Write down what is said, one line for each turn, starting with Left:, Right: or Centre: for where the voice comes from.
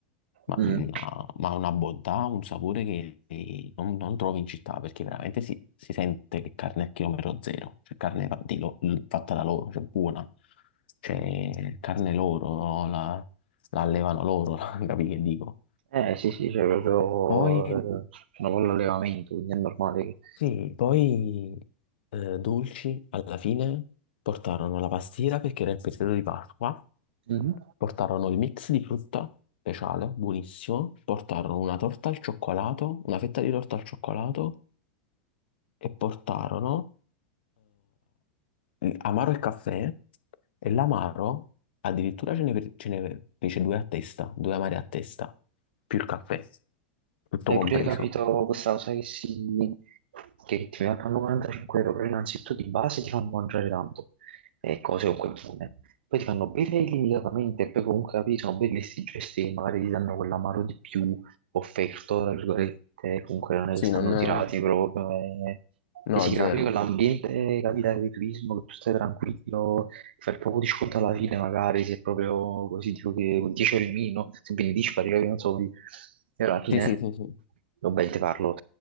Left: ma
Right: Mm.
Left: una, ma una bontà, un sapore che che non, non trovi in città, perché veramente si, si sente che carne a chilometro zero, cioè carne fa- di lo- fatta da loro, cioè buona, cioè carne loro, no? la, la allevano loro, <laughs> capi che dico?
Right: Eh sì, sì, c'è proprio,
Left: Poi
Right: eh, c'è un po' l'allevamento, quindi è normale che...
Left: Sì, poi eh, dolci alla fine portarono la pastiera perché era il periodo di Pasqua,
Right: Mhm.
Left: portarono il mix di frutta speciale, buonissimo, portarono una torta al cioccolato, una fetta di torta al cioccolato e portarono eh, amaro e caffè e l'amaro addirittura ce ne, fe- ce ne fece due a testa, due amari a testa, più il caffè, tutto
Right: Hai
Left: compreso.
Right: pure capito questa cosa che, si, che ti fanno 45 euro, però innanzitutto di base ti fanno mangiare tanto, e cose comunque buone. Poi ti fanno bere illimitatamente e poi comunque capito, sono belli sti gesti, che magari ti danno quell'amaro di più offerto, tra virgolette, comunque non è
Left: Sì,
Right: che stanno
Left: non...
Right: tirati proprio, e,
Left: No,
Right: e si crea
Left: zero.
Right: proprio quell'ambiente, capita, di turismo, che tu stai tranquillo, fare proprio di sconto alla fine, magari se è proprio così, tipo che con 10 euro in meno, se vieni 10 pari, non so, di- e alla fine,
Left: Sì, sì, sì, sì.
Right: ovviamente parlo,